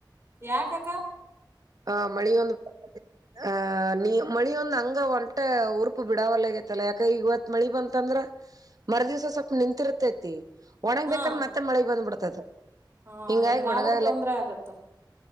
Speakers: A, on the right (about 30°); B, on the right (about 50°).
A: ಯಾಕ ಅಕ್ಕ
B: ಹಾ ಮಳಿ <inaudible> ಆಹ ನೀ ಮಳಿದ್ ಹಂಗ ಒಂಟ ಉರುಪು ಬಿಡಾವಲ್ಲ ಆಗೈತ್ತಲ್ಲ ಯಾಕ ಇವತ್ತು ಮಳಿ ಬಂತಂದ್ರ ಮರದಿವ್ಸ ಸ್ವಲ್ಪ ನಿಂತಿರ್ತೈತಿ ಒಣಗ್ಬೇಕೇಕಂದ
A: ಹ್ಮ್
B: ಮತ್ತೆ ಮಳೆ ಬಂದ್ಬಿಡ್ತದ
A: ಹ
B: ಹಿಂಗಾಗ್
A: ಹಿಂಗಾದ್ರ
B: ಒಣಗಲ್ಲ
A: ತೊಂದ್ರೆ ಆಗತ್ತ